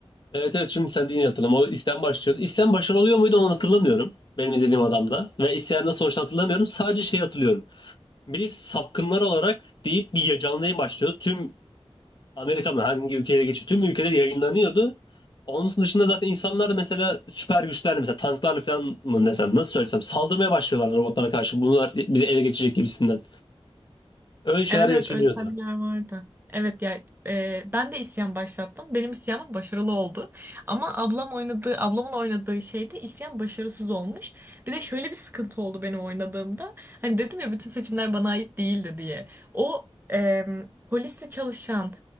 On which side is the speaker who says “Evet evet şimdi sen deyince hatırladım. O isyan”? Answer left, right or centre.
Left